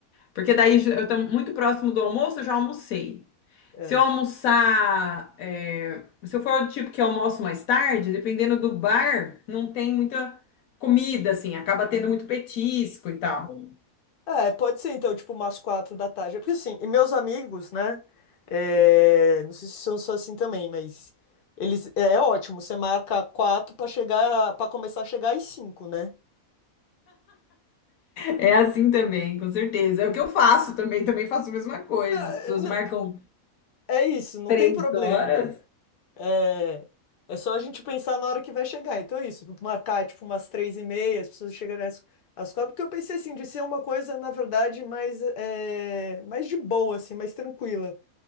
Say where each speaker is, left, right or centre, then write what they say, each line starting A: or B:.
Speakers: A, on the left; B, on the left.
A: Porque daí eu estou muito próximo do almoço, eu já almocei.
B: É.
A: Se eu almoçar, é, se eu for o tipo que almoço mais tarde, dependendo do bar, não tem muita comida, assim, acaba tendo muito petisco e tal.
B: É, pode ser então, tipo, umas quatro da tarde. É Porque assim, e meus amigos, né? é, Não sei se são só assim também, mas eles é é ótimo. Você marca quatro pra chegar, para começar a chegar às cinco, né?
A: É assim também, com certeza. É o que eu faço também, também faço a mesma coisa.
B: Não,
A: As
B: eh,
A: pessoas
B: não,
A: marcam
B: é isso, não
A: três
B: tem problema.
A: horas.
B: É, é só a gente pensar na hora que vai chegar. Então é isso, marcar tipo umas três e meia, as pessoas chegarem às, às quatro. Porque eu pensei assim de ser uma coisa, na verdade, mais é, mais de boa, assim, mais tranquila.